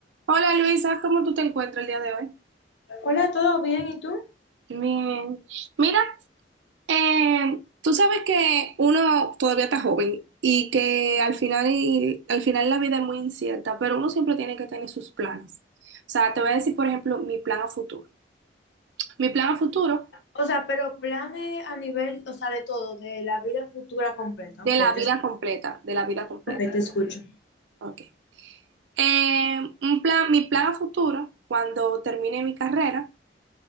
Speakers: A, on the right (about 80°); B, on the left (about 75°).
A: Hola Luisa, ¿cómo tú te encuentras el día de hoy?
B: Hola, ¿todo bien? ¿Y tú?
A: Bien. Mira, eh, tú sabes que uno todavía está joven y que al final, y- al final la vida es muy incierta, pero uno siempre tiene que tener sus planes. O sea, te voy a decir, por ejemplo, mi plan a futuro. Mi plan a futuro
B: O sea, pero planes a nivel, o sea, de todo, de la vida futura completa.
A: de
B: Ok, te,
A: la vida
B: escu-
A: completa, de la vida completa.
B: ok, te escucho.
A: Ok. Eh, un plan, mi plan a futuro, cuando termine mi carrera,